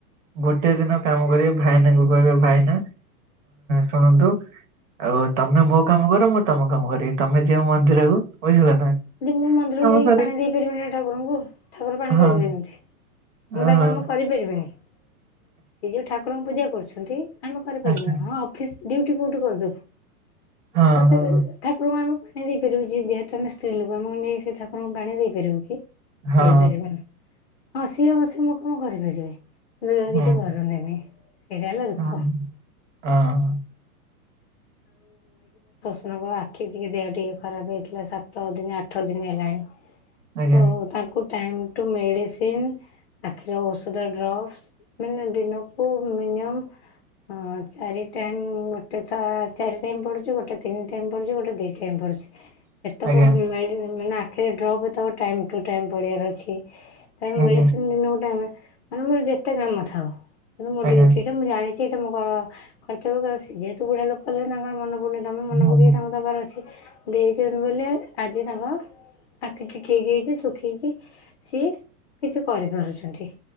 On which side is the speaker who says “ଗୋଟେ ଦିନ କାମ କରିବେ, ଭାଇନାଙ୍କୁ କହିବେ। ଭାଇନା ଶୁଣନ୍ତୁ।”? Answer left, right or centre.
Right